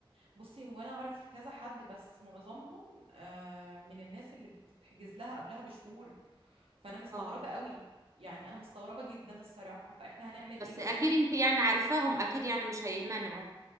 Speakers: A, on the right; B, on the right.
A: بصي هو انا اعرف كذا حد بس معظمهم آه، من الناس اللي بتتحجز لها قبلها بشهور فانا مستغربه
B: اه
A: قوي يعني انا مستغربه جدا الصراحه فاحنا هنعمل
B: بس
A: ايه مثلا
B: اكيد انت يعني عارفاهم اكيد يعني مش هيمنعوا